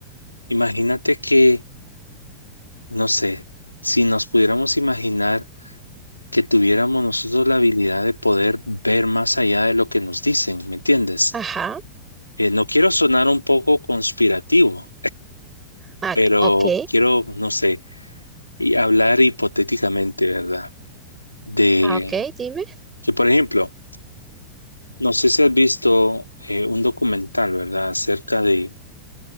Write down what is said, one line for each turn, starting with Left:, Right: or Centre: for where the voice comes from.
Left: imagínate que, no sé, si nos pudiéramos imaginar que tuviéramos nosotros la habilidad de poder ver más allá de lo que nos dicen, ¿me entiendes?
Right: ajá,
Left: Eh, no quiero sonar un poco conspirativo,
Right: ah,
Left: pero
Right: ok,
Left: quiero, no sé, y hablar hipotéticamente, ¿verdad? De
Right: ah, ok, dime.
Left: que, por ejemplo, no sé si has visto eh, un documental, ¿verdad? Acerca de